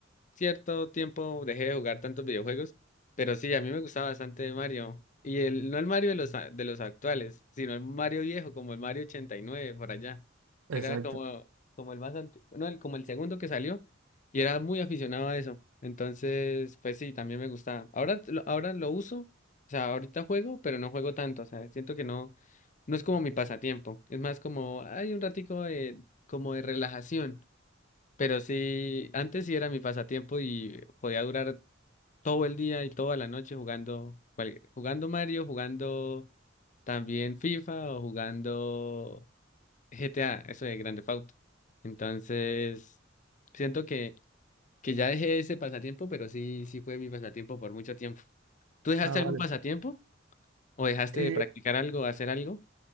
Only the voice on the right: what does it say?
exacto.
Ah, vale.
Eh,